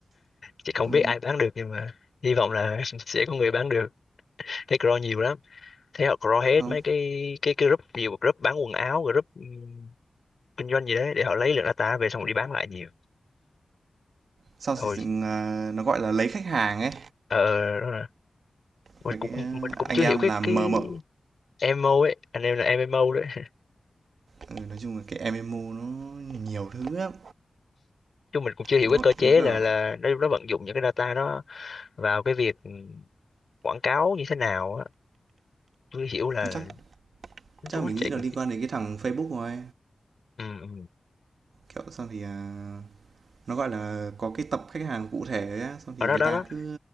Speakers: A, on the left; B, on the right.
A: chị không
B: Ừ,
A: biết ai bán được nhưng mà hy vọng là <laughs> sẽ có người bán được thấy crawl nhiều lắm thấy họ crawl hết
B: không,
A: mấy cái cái cái group nhiều group bán quần áo group ừm, kinh doanh gì đấy để họ lấy lượng data về xong đi bán lại nhiều
B: sau
A: thôi
B: thì ừ, à, nó gọi là lấy khách hàng ấy.
A: ờ đó là mình
B: Mấy
A: cũng
B: cái à,
A: mình cũng
B: anh
A: chưa
B: em
A: hiểu cái
B: làm
A: cái
B: mờ mờ.
A: MMO ấy anh em là MMO đấy <laughs>
B: Ừ, nói chung là cái em MMO nó nhiều thứ lắm.
A: chứ mình cũng chưa hiểu
B: Nó
A: cái cơ chế
B: nó kiểu
A: là là nó nó vận dụng những cái data nó vào cái việc ừm, quảng cáo như thế nào á chưa hiểu là
B: chắc
A: nó
B: chắc mình
A: chạy
B: nghĩ là
A: kiểu
B: liên
A: gì
B: quan đến cái thằng Facebook rồi.
A: ừ, ừ.
B: Kiểu xong thì à, Nó, gọi là, có cái tập khách hàng cụ thể á, xong
A: ở
B: thì
A: đó
B: người
A: đó
B: ta
A: đó
B: cứ